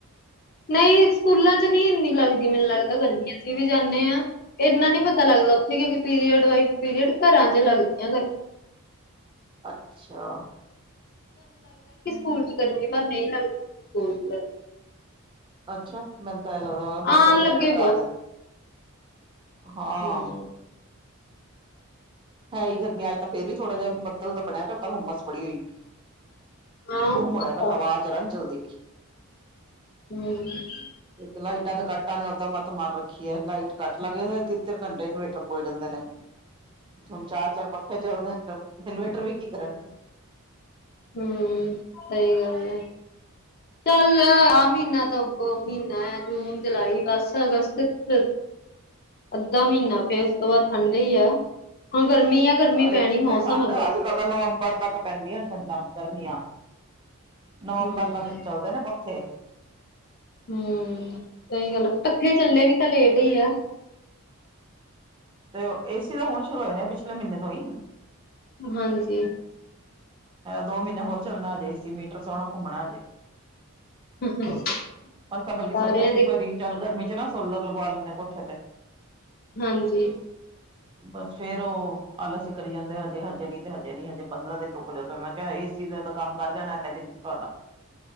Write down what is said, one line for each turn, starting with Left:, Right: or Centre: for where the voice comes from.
Left: ਨਹੀਂ ਸਕੂਲਾਂ ਚ ਨਹੀਂ ਇੰਨੀ ਲੱਗਦੀ ਮੈਨੂੰ ਲੱਗਦਾ ਗਰਮੀ ਅਸੀਂ ਵੀ ਜਾਂਦੇ ਹਾਂ ਇੰਨਾ ਨੀ ਪਤਾ ਲੱਗਦਾ। ਉੱਥੇ ਕਿਉਂਕਿ ਪੀਰੀਅਡ ਵਾਈਜ਼ ਪੀਰੀਅਡ ਘਰਾਂ ਚ ਲੱਗਦੀਆਂ ਗਰਮੀਆਂ।
Right: ਅੱਛਾ
Left: ਉਝ ਗਰਮੀ ਤਾਂ ਨਹੀਂ ਲੱਗਦੀ ਸਕੂਲ ਚ।
Right: ਅੱਛਾ ਮੈਨੂੰ ਤਾਂ ਐ ਲੱਗਦਾ ਮੈਂ ਕਿਹਾ ਬੱਚੇ
Left: ਆਉਣ
Right: ਵਿਚਾਰੇ
Left: ਲੱਗੇ
Right: ਘਬਰਾ ਜਾਂਦੇ। ਹਾਂ
Left: ਹਮ
Right: ਹੈ ਹੀ ਗਰਮੀ ਅੱਜ ਤਾਂ ਫੇਰ ਵੀ ਥੋੜਾ ਜਿਹਾ ਬੱਦਲ ਦਾ ਬਣਿਆ ਪਿਆ ਪਰ ਹੁੰਮਸ ਬੜੀ ਹੋਈ ਪਈ।
Left: ਹਾਂ
Right: ਗੁੰਮ
Left: ਉਹ
Right: ਹੋਇਆ ਪਿਆ
Left: ਤਾਂ
Right: ਹਵਾ ਜਰਾ ਨਹੀਂ ਚਲਦੀ ਪਈ।
Left: <unintelligible>
Right: ਇੱਕ ਲਾਈਟਾਂ ਦੇ ਕੱਟਾਂ ਨੇ ਓਦਾਂ ਮੱਤ ਮਾਰ ਰੱਖੀਏ ਲਾਈਟ ਕੱਟ ਲੱਗ ਜਾਂ ਤਿੰਨ ਤਿੰਨ ਘੰਟੇ ਇਨਵੇਟਰ ਬੋਲ ਜਾਂਦੇ ਨੇ। ਹੁਣ ਚਾਰ ਚਾਰ ਪੱਖੇ ਚੱਲਦੇ ਇਨਵੇਟਰ ਵੀ ਕੀ ਕਰਨ।
Left: ਹਮ, ਸਹੀ ਗੱਲ ਆ ਚੱਲ ਆ
Right: ਹਾਂ
Left: ਮਹੀਨਾ ਤਾਂ ਅੱਗੋਂ ਮਹੀਨਾ। ਜੂਨ ਜੁਲਾਈ ਬਸ ਅਗਸਤ । ਅੱਧਾ ਮਹੀਨਾ ਫਿਰ ਉਸ ਤੋਂ ਬਾਅਦ ਠੰਡ ਈ ਆ। ਗਰਮੀ ਆ ਗਰਮੀ
Right: ਹਜੇ
Left: ਪੈਣੀ
Right: ਕਿੱਥੇ
Left: ਮੌਸਮ
Right: ਠੰਡ
Left: ਆ
Right: ਅੱਜ
Left: ਗਰਮੀ
Right: ਕੱਲ
Left: ਦਾ
Right: ਤਾਂ ਨਵੰਬਰ ਤੱਕ ਪੈਂਦੀਆਂ ਠੰਡਾਂ ਗਰਮੀਆਂ। ਨਵੰਬਰ
Left: ਹਮ
Right: ਤੱਕ ਚੱਲਦੇ ਨੇ ਪੱਖੇ।
Left: ਹਮ, ਸਹੀ ਗੱਲ ਆ ਪੱਖੇ ਚੱਲੇ ਵੀ ਤਾਂ ਲੇਟ ਈ ਆ।
Right: ਤੇ ਏਸੀ ਤਾਂ ਹੁਣ ਸ਼ੁਰੂ ਹੋਏ ਨੇ ਪਿਛਲੇ ਮਹੀਨੇ ਤੋਂ ਹੀ।
Left: ਹਾਂਜੀ
Right: ਦੋ ਮਹੀਨੇ ਹੋਰ ਚੱਲਣਾ ਅਜੇ ਏ ਸੀ ਮੀਟਰ ਸੋਹਣਾ ਘੁੰਮਣਾ ਹਜੇ।
Left: <unintelligible>
Right: ਅਸੀ ਤਾਂ
Left: ਸਾਰਿਆਂ
Right: ਬਲਕਿ ਸੋਚਿਆ ਸੀ
Left: ਦੇ
Right: ਇਸ ਵਾਰੀ ਚੱਲ ਗਰਮੀ ਚ ਨਾ ਸੋਲਰ ਲਗਵਾ ਲੈਂਦੇ ਕੋਠੇ ਤੇ।
Left: ਹਾਂਜੀ
Right: ਬਸ ਫੇਰ ਉਹ ਆਲਸੀ ਕਰੀ ਜਾਂਦੇ ਹਜੇ, ਹਜੇ ਹੀਂ ਤੇ ਹਜੇ ਨਹੀ ਹਜੇ ਪੰਦਰਾਂ ਦਿਨ ਰੁਕੋ ਜਦੋਂ ਮੈਂ ਕਿਹਾ ਸੀ । ਇਸ ਦਾ ਕੰਮ ਕਰ ਜਾਣਾ ਇੰਨੇ ਦਿਨ ਚ ਤੁਹਾਡਾ